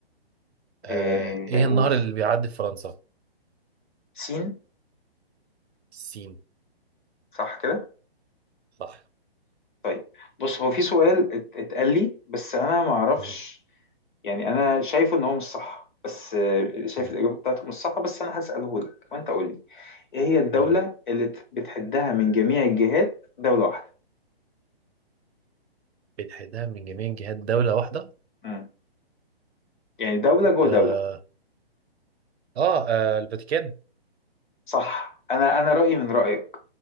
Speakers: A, on the right; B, on the left.
A: آه
B: إيه،
A: ايه
B: قول
A: النهر اللي بيعدي في فرنسا
B: سين
A: السين
B: صح كده
A: صح
B: طيب بص هو في سؤال ات- اتقال لي بس انا ما اعرفش
A: مم.
B: يعني انا شايفه ان هو مش صح بس آه، شايف
A: مم.
B: الاجابه بتاعته مش صح بس انا هساله لك وانت قول لي ايه هي الدوله
A: قول لي
B: اللي ت- بتحدها من جميع الجهات دوله واحده
A: بتحدها من جميع جهات دولة واحدة
B: امم يعني دوله جوه
A: آه,
B: دوله
A: آه, آه الفاتيكان
B: صح انا انا رايي من رايك